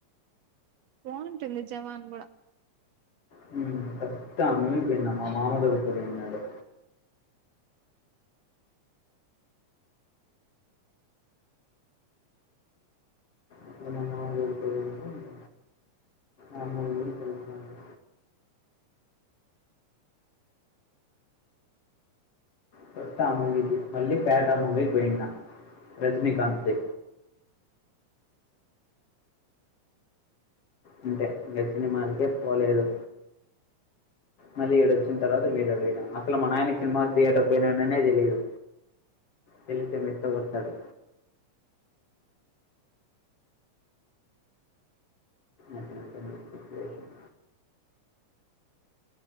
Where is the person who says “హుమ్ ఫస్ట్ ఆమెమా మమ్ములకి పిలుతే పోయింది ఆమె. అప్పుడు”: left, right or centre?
Left